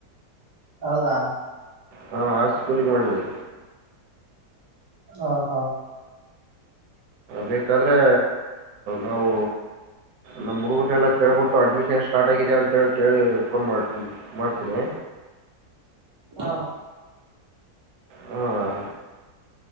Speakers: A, on the right (about 25°); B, on the right (about 80°).
A: ಹೌದಾ
B: ಹಾಂ ಹಾಸ್ ಕೂಲಿಂಗ ಮಾಡಿಬಿಡಿ
A: ಹಾ ಹಾ
B: ಬೇಕಾದ್ರೆ ನಾವು ನಮ್ಮ ಮುಡುಗಟ್ಟ ಎಲ್ಲ ಕೇಳ್ಬಿಟ್ಟು ಅಡ್ಮಿಷನ್ ಸ್ಟಾರ್ಟ್ ಆಗಿದೆ ಅಂತೇಳಿ ಕೇಳಿ ಫೋನ್ ಮಾಡ ಮಾಡ್ತೀನಿ
A: ಹಾ
B: ಹಾಂ